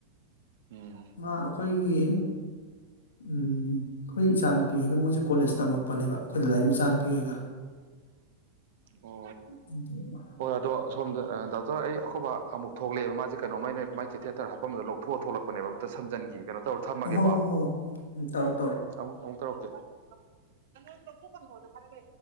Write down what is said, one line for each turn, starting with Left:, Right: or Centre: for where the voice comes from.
Right: ꯎꯝ
Left: ꯃꯥ ꯑꯈꯣ ꯑꯩꯈꯣꯏꯒꯤ ꯎꯝ ꯑꯩꯈꯣꯏ ꯏꯆꯥ ꯅꯨꯨꯄꯤ ꯍꯣꯏꯒ ꯃꯣꯏꯖꯤ ꯀꯣꯂꯦꯖ ꯇꯝꯃꯛꯄꯅꯦꯕ ꯑꯩꯈꯣꯏ ꯗꯗꯥꯏ ꯃꯆꯥ ꯅꯨꯨꯄꯤ ꯍꯣꯏꯒ
Right: ꯑꯣ
Left: ꯑꯟꯏꯟꯇꯦꯜꯂꯤꯖꯤꯕꯜ
Right: ꯍꯣꯏ ꯑꯗꯣ ꯁꯣꯝꯗ ꯑ ꯗꯥꯎꯇꯣꯔ ꯑꯩ ꯑꯈꯣꯕ ꯑꯃꯨꯛ ꯊꯣꯛꯂꯑꯦꯕ ꯃꯥꯁꯦ ꯀꯩꯅꯣꯥꯝꯃ ꯑꯩꯅ ꯃꯥꯏ ꯀꯦꯊꯦꯇꯔ ꯍꯥꯄꯝꯕꯗꯣ ꯂꯧꯊꯣꯛꯑ ꯊꯣꯛꯂꯛꯄꯅꯦꯕ ꯑꯝꯇ ꯁꯝꯖꯟꯒꯤꯒꯦ ꯀꯩꯅꯣ ꯇꯧꯔ ꯊꯝꯃꯒꯦꯀꯣ
Left: ꯑꯣ ꯍꯣ ꯍꯣ ꯍꯣ ꯎꯝ ꯇꯧꯔꯣ ꯇꯧꯔꯣ
Right: ꯑꯃꯨꯛ ꯑꯃꯨꯛ ꯇꯧꯔꯛꯀꯦ ꯀꯅꯣ ꯂꯧꯊꯣꯛꯀꯅꯣꯅ ꯍꯥꯏꯔꯒ